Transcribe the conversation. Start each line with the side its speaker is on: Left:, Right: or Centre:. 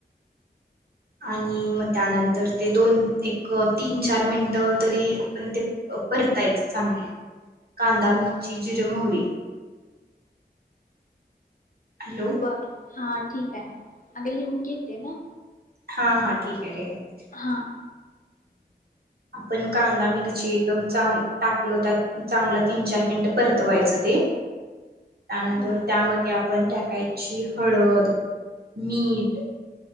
Right: आणि मग त्यानंतर ते दोन एक तीन चार मिनटं तरी आपण ते परतायचं चांगलं कांदा मिरची, जिर, मोहरी हॅलो
Left: बर हा ठीक य अग लिहून घेते ना
Right: हा हा ठीक आहे ठीक आहे
Left: हां
Right: आपण कांदा, मिरची, एकदम चांग टाकल त्यात चांगला तीन चार मिनिट परतवायचं ते त्यानंतर
Left: हां
Right: त्यामध्ये आपण टाकायची हळद, मीठ.